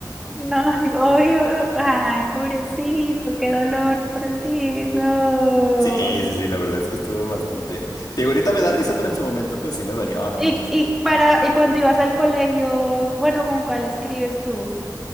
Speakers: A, in the centre; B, on the left.
A: No, ay, odio, ay, pobrecito, qué dolor por ti, no.
B: Sí, sí, sí, la verdad es que estuvo bastante... Te digo, ahorita me da risa, pero en su momento pues sí me dolió, no
A: Y,
B: manches.
A: y para, y cuando ibas al colegio, bueno, ¿con cuál escribes tú?